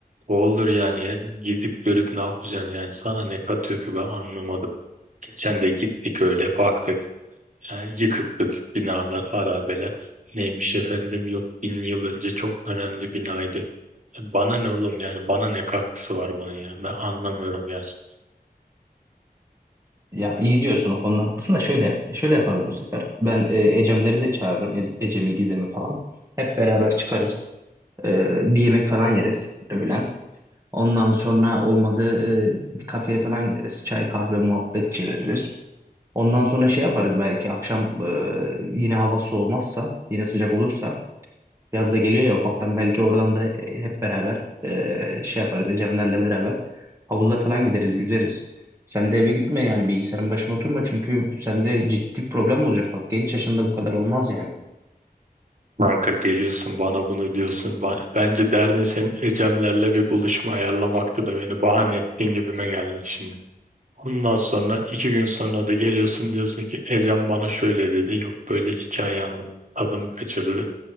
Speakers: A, on the right; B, on the right.
A: O olur yani. Hep gidip görüp ne yapacaksın yani. Sana ne katıyor ki ben anlamadım. Geçen de gittik öyle baktık. Yani yıkık dökük binalar, harabeler. Neymiş efendim yok bin yıl önce çok önemli binaydı. Bana ne oğlum yani bana ne katkısı var bunun ya ben anlamıyorum gerçekten.
B: Ya iyi diyorsun o konuda haklısın da şöyle şöyle yaparız bu sefer. Ben e, Ecemleri de çağırırım. E- Ecem'i, Gizem'i falan. Hep beraber çıkarız. E, bir yemek falan yeriz öğlen. Ondan sonra olmadı e, bir kafeye falan gideriz. Çay, kahve, muhabbet çeviririz. Ondan sonra şey yaparız belki akşam e, yine hava soğumazsa, yine sıcak olursa Yaz da geliyor ya ufaktan belki oradan da e, hep beraber e, şey yaparız Ecemlerle beraber havuza falan gideriz yüzeriz. Sen de eve gitme yani bilgisayarın başına oturma çünkü bu sende ciddi bir problem olacak. Bak genç yaşında bu kadar olmaz yani.
A: Kanka geliyorsun bana bunu diyorsun. Ba- Bence derdin senin Ecemlerle bir buluşma ayarlamaktı da beni bahane ettiğin gibime geldin şimdi. Ondan sonra iki gün sonra da geliyorsun diyorsun ki Ecem bana şöyle dedi yok böyle hikaye anlattı adımı kaçırdı.